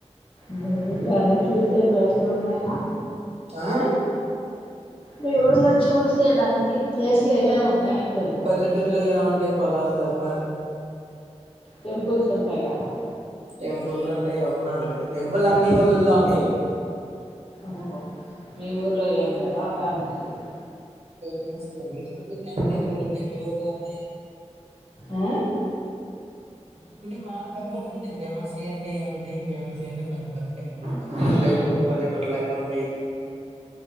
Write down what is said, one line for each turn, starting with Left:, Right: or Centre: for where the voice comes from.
Left: మీ ఊర్లో అలా చేసే ప్లేసులు ఉన్నాయా
Right: ఆ
Left: మీ ఊర్లో చూసే దానికి ప్లేస్లు ఏమేం ఉన్నాయి అంటున్నాను
Right: పల్లెటూరులో ఏం ఉంటాయి పొలాలు తప్ప
Left: టెంపుల్స్ ఉంటాయి కదా
Right: టెంపుల్ ఉంటాయి ఒక నాలుగు టెంపుల్ అన్ని ఊళ్ళల్లో ఉంటాయి
Left: ఓహో మీ ఊర్లో ఏం లేవా ఫేమస్ ఇవి
Right: ఫేమస్ వి అన్ని చోట్ల ఉంటాయి అని టెంపుల్స్ ఉంటాయి మి ఊర్లో ఉన్నాయండి
Left: ఉమ్
Right: టెంపుల్స్ అంటే మాములు టెంపుల్స్ ఉంటాయి ఫేమస్యి అంటే ఏం ఉంటాయి ఫేమస్ అంటే పెద్ద పెద్ద టెంపుల్ పెద్ద పెద్ద
Left: ఉమ్
Right: టెంపుల్ పల్లెటూర్లో ఎక్కడ ఉంటయి